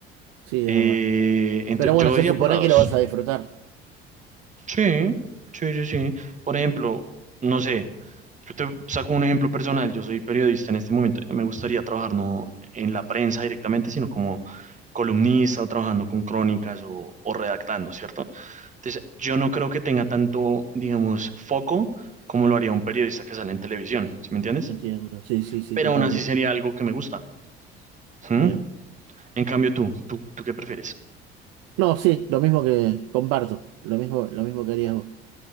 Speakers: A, on the right (about 55°); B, on the right (about 25°).
A: Sí,
B: Eh,
A: es verdad.
B: ento-
A: Pero bueno,
B: yo
A: se
B: iría
A: supone
B: por la dos.
A: que lo vas a disfrutar.
B: Sí, sí, sí, sí. Por ejemplo, no sé, yo te saco un ejemplo personal, yo soy periodista en este momento, me gustaría trabajar no en la prensa directamente, sino como columnista o trabajando con crónicas o, o redactando, ¿cierto? Entonces, yo no creo que tenga tanto, digamos, foco como lo haría un periodista que sale en televisión, ¿sí me entiendes?
A: Entiendo. Sí, sí, sí,
B: pero
A: totalmente.
B: aún así sería algo que me gusta. ¿Mm?
A: Bien.
B: En cambio, tú, tú, ¿tú qué prefieres?
A: No, sí, lo mismo que comparto, lo mismo, lo mismo que harías vos.